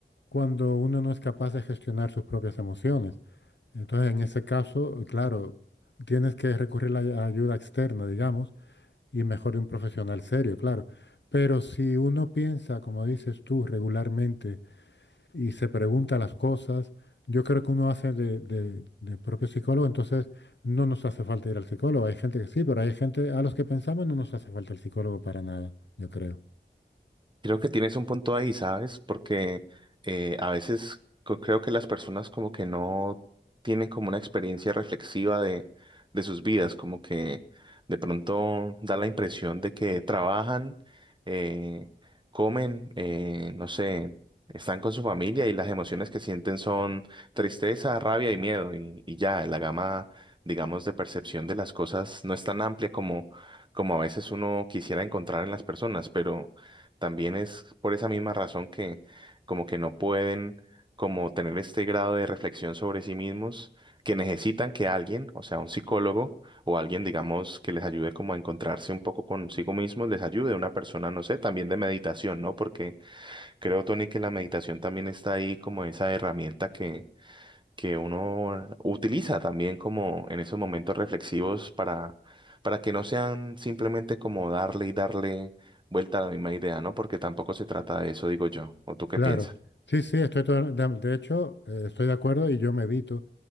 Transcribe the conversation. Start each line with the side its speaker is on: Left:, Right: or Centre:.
Left: cuando uno no es capaz de gestionar sus propias emociones. Entonces, en ese caso, claro, tienes que recurrir a la ayuda externa, digamos, y mejor de un profesional serio, claro. Pero si uno piensa, como dices tú, regularmente, y se pregunta las cosas. Yo creo que uno hace de, de- de propio psicólogo, entonces no nos hace falta ir al psicólogo. Hay gente que sí, pero hay gente a los que pensamos no nos hace falta el psicólogo para nada, yo creo.
Right: Creo que tienes un punto ahí, ¿sabes? Porque eh, a veces co- creo que las personas como que no tienen como una experiencia reflexiva de, de sus vidas, como que de pronto da la impresión de que trabajan, eh, comen, eh, no sé, están con su familia y las emociones que sienten son tristeza, rabia y miedo y, y ya, la gama, digamos, de percepción de las cosas no es tan amplia como, como a veces uno quisiera encontrar en las personas, pero... También es por esa misma razón que como que no pueden como tener este grado de reflexión sobre sí mismos, que necesitan que alguien, o sea, un psicólogo o alguien, digamos, que les ayude como a encontrarse un poco consigo mismos, les ayude una persona, no sé, también de meditación, ¿no? Porque creo, Tony, que la meditación también está ahí como esa herramienta que que uno utiliza también como en esos momentos reflexivos para, para que no sean simplemente como darle y darle vuelta a la misma idea, ¿no? Porque tampoco se trata de eso, digo yo. ¿O tú qué
Left: Claro,
Right: piensas?
Left: sí, sí, estoy todo- de, de hecho, eh, estoy de acuerdo y yo medito